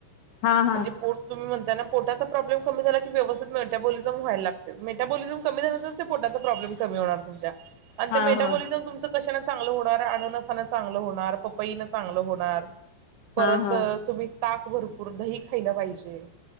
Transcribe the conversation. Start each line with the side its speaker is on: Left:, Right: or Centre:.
Left: हा हा
Right: म्हणजे पोट तुम्ही म्हणताना पोटाचा प्रॉब्लेम कमी झाला की व्यवस्थित मेटाबोलिझम व्हायला लागते मेटाबोलिजम कमी झाल की पोटाचा प्रॉब्लेम कमी होणार तुमच्या आणि
Left: हा
Right: ते मेटाबोलिजम
Left: हा
Right: तुमचं कशान चांगलं होणार अननसान चांगलं होणार पपईन चांगलं होणार.
Left: हा
Right: परत
Left: हा
Right: तुम्ही ताक भरपूर दही खायला पाहिजे.